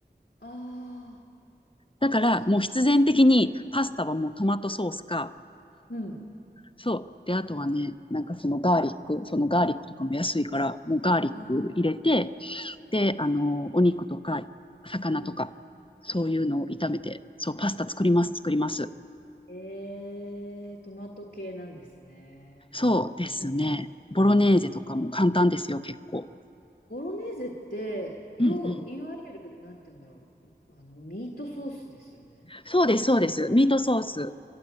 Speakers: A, on the left; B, on the left.
A: ああ、
B: だからもう必然的にパスタはもうトマトソースか、
A: そう。うん。
B: そう。で、あとはね、なんかそのガーリック、そのガーリックとかも安いから、もうガーリック入れて、
A: うん。
B: で、あの、お肉とか魚とか、
A: うん。
B: そういうのを炒めて、そう、パスタ作ります、作ります。
A: えー、トマト系なんですね。
B: そうですね。ボロネーゼとかも簡単ですよ、結構。
A: ボロネーゼって、よう、
B: うんうん。
A: いわゆる、なんて言うんだろう、あの、ミートソースですよね。
B: そうです、そうです。
A: うん。
B: ミートソース。